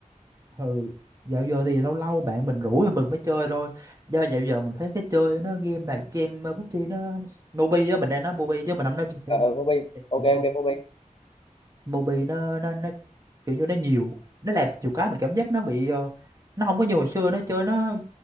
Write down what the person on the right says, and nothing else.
ừ. dạo giờ thì lâu lâu bạn mình rủ thì mình mới chơi thôi do dạo giờ mình thấy cái chơi nó game này game uh, PUBG nó mobi đó mình đang nói mobi chứ mình không nói PUBG
Mobi nó nó nó kiểu như nó nhiều nó làm nhiều cái mình cảm giác nó bị ờ, nó không có như hồi xưa nó chơi nó